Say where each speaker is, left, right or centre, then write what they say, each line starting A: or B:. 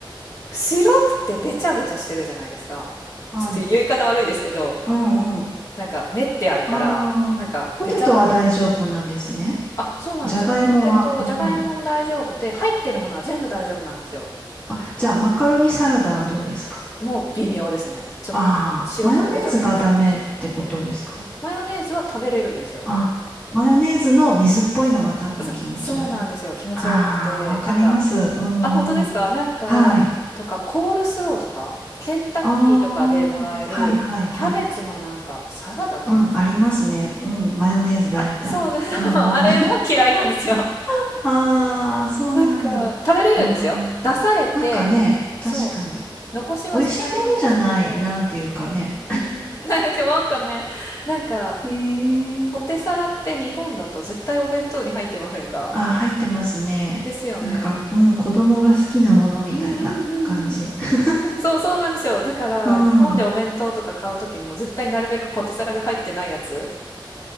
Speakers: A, on the left; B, on the left.
A: 白くてべちゃべちゃしてるじゃないですか。
B: <laughs> はい。
A: ちょっと言い方悪いですけど、
B: うんうん。
A: なんか練ってあるから、
B: ああ、
A: なんかべちゃっとしてる。
B: ポテトは大丈夫なんですね。
A: あ、そうなんですよ。
B: じゃがいもは、
A: ポテト、
B: うん。
A: じゃがいもも大丈夫で、入ってるものは全部大丈夫なんですよ。
B: あ、じゃあ、マカロニサラダはどうですか
A: もう微妙ですね。ちょっと微妙。
B: ああ、
A: 白くてべちゃべちゃしてるから。
B: マヨネーズがダメってことですか
A: マヨネーズは食べれるんですよ。
B: あ、マヨネーズの水っぽいのが多分気持ち悪い。
A: さ、そうなんですよ。気持ち悪くて。
B: ああ、わかります。
A: なんか、
B: うんうん。
A: あ、本当ですかなんか、
B: はい。
A: とか、コールスローとか、ケンタッキーとかでもらえる、
B: ああ、はいはいはい。
A: キャベツのなんか、サラダっていうんですかね。
B: うん、ありますね。うん、マヨネーズだえた。
A: あ、そうです。<laughs>
B: うんうん。
A: あれも嫌いなんですよ。
B: <laughs> ああ、そうなんだ。
A: なんか、食べれるんですよ。
B: ああ、
A: 出されて、
B: なんかね、確かに。
A: そう。残しはしないんですけど、
B: 美味しいものじゃない、なんていうかね。
A: うん、<laughs> なんか、なんかね、なんか、
B: ええ
A: ポテサラって日本だと絶対お弁当に入ってませんか
B: あ、入ってますね。
A: ですよね。
B: なんか、うん、子供が好きなものみたいな感じ。
A: うんうんうんうん。
B: <laughs>
A: そうそうなんですよ。だから、
B: うん。
A: 日本でお弁当とか買うときも絶対なるべくポテサラが入ってないやつ、